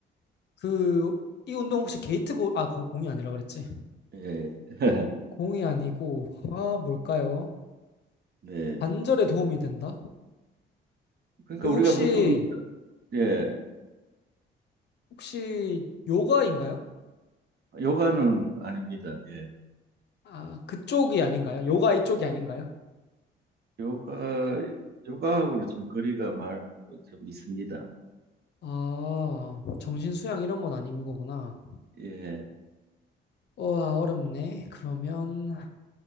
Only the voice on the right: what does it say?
예. <laughs>
네.
그러니까
우리가
보통 예
요가는 아닙니다. 예.
요가, 요가하고는 좀 거리가 말, 좀 있습니다.
예.